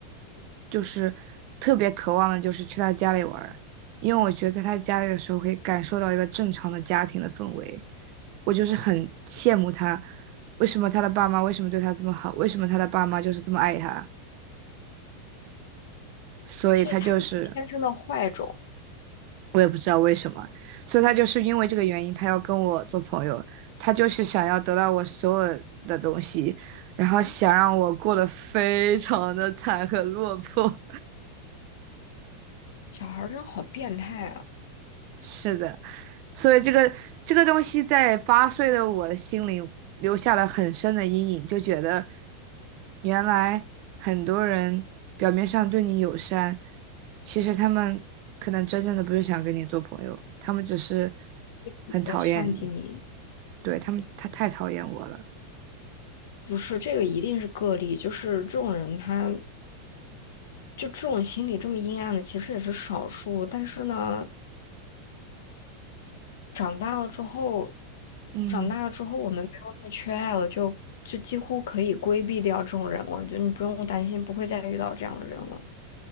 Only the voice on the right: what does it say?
就是特别渴望的，就是去他家里玩儿，因为我觉得在他家里的时候可以感受到一个正常的家庭的氛围。我就是很羡慕他，为什么他的爸妈为什么对他这么好，为什么他的爸妈就是这么爱他，所以他就是
我也不知道为什么，所以他就是因为这个原因，他要跟我做朋友，他就是想要得到我所有的东西，然后想让我过得非常的惨和落魄。
<laughs> 是的，所以这个这个东西在八岁的我的心里留下了很深的阴影，就觉得原来很多人表面上对你友善，其实他们可能真正的不是想跟你做朋友，他们只是很讨厌你。
对，他们，他太讨厌我了。
嗯，